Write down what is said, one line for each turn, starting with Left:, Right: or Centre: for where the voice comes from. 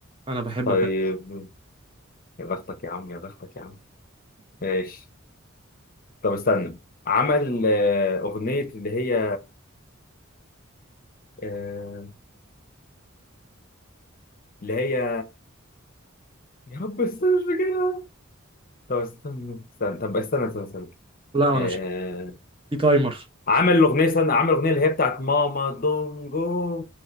Right: انا بحب
Left: طيب
Right: فعلا
Left: يا بختك يا عم يا بختك يا عم ماشي طب استنى عمل آه، أغنية اللي هي آه، اللي هي يا رب استنى كده طب استنى استنى طب استنى استنى استنى
Right: لا
Left: آه...
Right: انا مش في تايمر
Left: عمل الأغنية استنى عمل الأغنية اللي هي بتاعت ماما دونجو